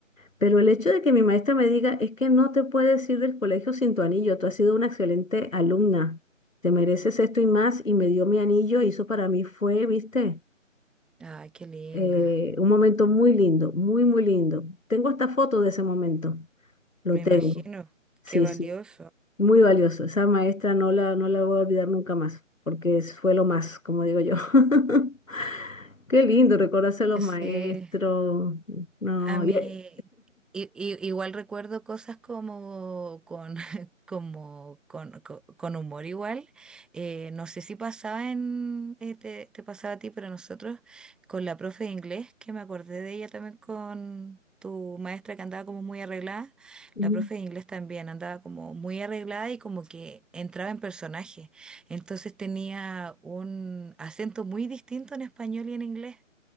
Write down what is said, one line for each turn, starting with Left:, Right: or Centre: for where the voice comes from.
Left: Pero el hecho de que mi maestra me diga es que no te puedes ir del colegio sin tu anillo, tú has sido una excelente alumna, te mereces esto y más, y me dio mi anillo, y eso para mí fue, viste,
Centre: Ah, qué linda.
Left: eh, un momento muy lindo, muy, muy lindo. Tengo hasta fotos de ese momento, lo
Centre: Me
Left: tengo.
Centre: imagino,
Left: Sí,
Centre: qué valioso.
Left: sí, muy valioso. Esa maestra no la, no la voy a olvidar nunca más, porque es- fue lo más, como digo yo. <laughs> Qué lindo recordarse a los
Centre: Sí,
Left: maestros. No,
Centre: A mí
Left: y- eh,
Centre: i- i- igual recuerdo cosas como con, <laughs> como con, co- con humor igual. Eh, no sé si pasaba en, eh, te, te pasaba a ti, pero nosotros con la profe de inglés, que me acordé de ella también con tu maestra que andaba como muy arreglada,
Left: Ujú.
Centre: la profe de inglés también andaba como muy arreglada y como que entraba en personaje. Entonces tenía un acento muy distinto en español y en inglés.